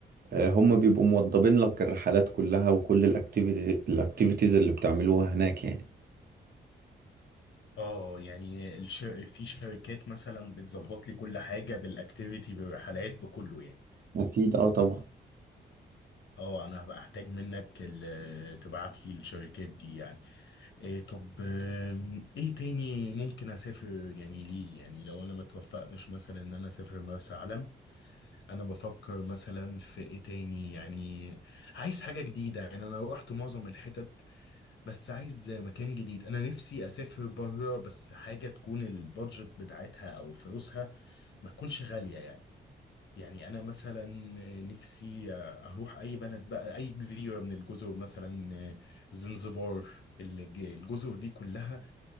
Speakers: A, on the right; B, on the left.
A: آه، هم بيبقوا موضبين لك الرحلات كلها وكل الاكتيفيتي الاكتيفيتيز اللي بتعملوها هناك يعني
B: اه يعني الش... في شركات مثلا بتظبط لي كل حاجه بالاكتيفيتي بالرحلات بكله يعني
A: اكيد اه طبعا
B: اه انا هبقى احتاج منك ال... تبعت لي الشركات دي يعني إيه طب آم، ايه تاني ممكن اسافر يعني ليه يعني لو انا ما توفقتش مثلا ان انا اسافر مرسى علم انا بفكر مثلا في ايه تاني يعني عايز حاجة جديدة يعني أنا روحت معظم الحتت بس عايز مكان جديد انا نفسي اسافر بره بس حاجه تكون البادجت بتاعتها او فلوسها ما تكونش غاليه يعني يعني انا مثلا نفسي اروح اي بلد بقى اي جزيره من الجزر مثلا زنزبار الج- الجزر دي كلها